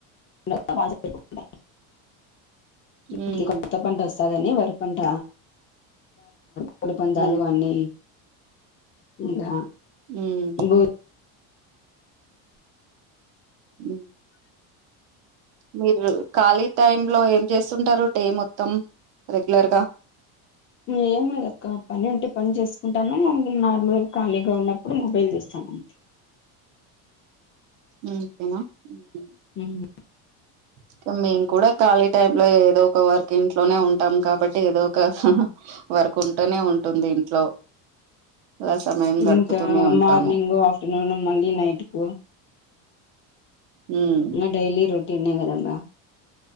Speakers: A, on the left; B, on the right.
A: <unintelligible> ఇంటికి
B: ఉమ్
A: కొత్త పంట సదని వరి పంట కోడిపందాలు
B: ఉమ్
A: అన్నీ ఇంగా
B: ఉమ్
A: బో
B: ఉమ్ మీరు ఖాళీ టైమ్ లో ఏం చేస్తుంటారు డే మొత్తం రెగ్యులర్ గా
A: ఏం లేదుక్కా పని ఉంటే పని చేసుకుంటాను నార్మల్ గా ఖాళీగా ఉన్నప్పుడు మొబైల్ చూస్తాను అంతే
B: అంతేనా ఊహు
A: మ్మ్
B: ఇక మేము కూడా ఖాళీ టైమ్ లో ఏదో ఒక వర్క్ ఇంట్లోనే ఉంటాం కాబట్టి ఏదో ఒక వర్కు ఉంటానే ఉంటుంది ఇంట్లో అలా సమయం గడుపుతూనే
A: ఇంకా
B: ఉంటాము
A: మార్నింగ్, ఆఫ్టర్నూన్, మళ్ళీ నైట్ కు
B: మ్
A: డెయిలీ రొటీనె కదా అట్లా.